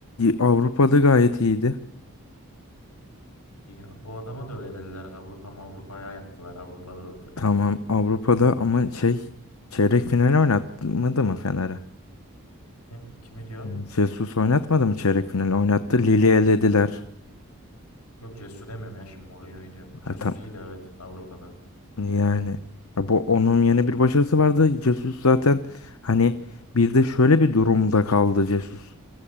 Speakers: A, on the left; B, on the left.
A: Avrupa'da gayet iyiydi.
B: Diye- Bu adama da öyle dediler. Avrupa Avrupa'ya yaptılar. Avrupa'da da tırt.
A: Tamam Avrupa'da ama şey çeyrek final oynatmadı mı Fener'e?
B: Kim, kimi diyor?
A: Yani Jesus oynatmadı mı çeyrek final? Oynattı. Lili elediler.
B: Yok yok Cesus'u demiyorum ya şimdi Mourinho'yu diyorum.
A: Ha,
B: Jesus
A: tam-
B: iyi de evet Avrupa'da.
A: yani ya bu onun yeni bir başarısı vardı. Jesus zaten hani bir de şöyle bir durumda kaldı Jesus.